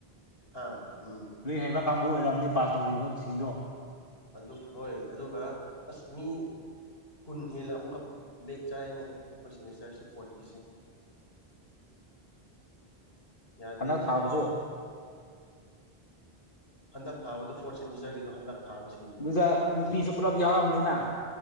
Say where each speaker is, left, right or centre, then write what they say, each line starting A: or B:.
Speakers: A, on the left (about 70°); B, on the left (about 55°).
A: ꯍꯥꯥ ꯎꯝ
B: ꯂꯨꯏ ꯍꯩꯕ ꯀꯥꯡꯕꯨ ꯑꯣꯏꯔꯝꯅꯤ ꯄꯥꯁ ꯇꯧꯔꯤꯕꯁꯤꯡꯗꯣ
A: ꯑꯗꯨ ꯍꯣꯏ ꯑꯗꯨꯒ ꯑꯁ ꯃꯤ ꯀꯨꯟ ꯍꯦꯜꯂ ꯑꯃꯨꯛꯀ ꯕꯦꯛ ꯆꯥꯔꯤꯅꯦ ꯑꯩꯈꯣꯏ ꯁꯦꯃꯤꯁꯇꯔꯁꯤ ꯐꯣꯔꯠꯀꯤꯁꯦ ꯌꯥꯗꯦꯅꯦ
B: ꯍꯟꯗꯛ ꯊꯥꯕꯁꯨ
A: ꯍꯟꯗꯛ ꯊꯥꯗꯣ ꯐꯣꯔꯠ ꯁꯦꯃꯤꯁꯇꯔꯒꯤꯣ ꯍꯗꯛ ꯊꯥꯕꯦ
B: ꯑꯗꯨꯗ ꯅꯨꯄꯤꯁꯨ ꯄꯨꯂꯞ ꯌꯥꯎꯔꯝꯅꯤꯅ